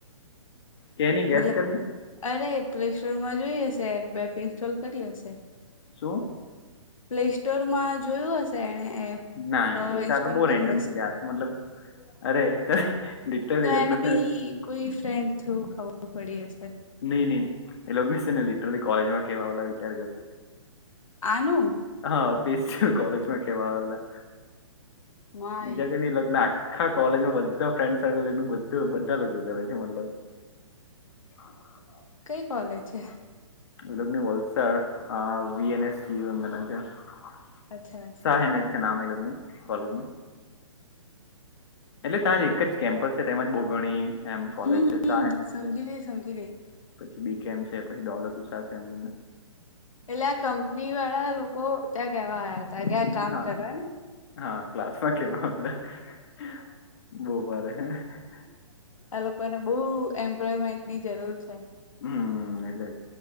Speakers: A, on the left; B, on the left.
A: કેની ગેસ
B: મતલબ
A: કરની
B: અરે પ્લેસ્ટોર માં જોઈ હશે એ બેપ ઇન્સ્ટોલ કરી હશે.
A: શું?
B: પ્લે સ્ટોર માં જોયું હશે એને એપ.
A: ના એ તો
B: ઇન્સ્ટોલ
A: આ તો બહુ
B: કરી
A: રેન્ડમ
B: હશે
A: થ ત તો મતલબ અરે. લિટરલી
B: તો
A: એ લોકોને
B: એને બી
A: છે ને
B: કોઈ ફ્રેન્ડ થ્રુ ખબર પડી હશે
A: નઈ નઈ એ લોકોને ન લીટરથી કોલેજમાં કેવા ઓ વિચાર કરો.
B: આલુ.
A: હા પસ છે કોલેજમાં કેવા આવેલા
B: માય
A: બીજા ક લગ્ન હા કોલેજમાં બધા ફ્રેન્ડ સર્કલટલુંધ બધા લોકો કરે છે મતલબ <inaudible>
B: એ કોલેજ છે.
A: <unintelligible>
B: અચ્છા અચ્છા
A: નામ એ લગનું કોલેજમાં એટલે ત્યાં એક જ કેમ્પસ છે તેમાંજ બોગણી એમ કોલેજ
B: હમ
A: છે સહે
B: હમ સમજી
A: છે.
B: ગઈ સમજી ગઈ
A: પછી બી કેમ છે પછી ડોલર ઉસા છે એમ બને
B: એટલે આ કંપની વાળા લોકો ત્યાં કેવા આયા તા તગ્યા કામ
A: હા
B: કર.
A: હા <unintelligible>
B: આ લોકોને બહુ એમ્પ્લોયમેન્ટ ની જરૂર છે.
A: હમ્મ એટલે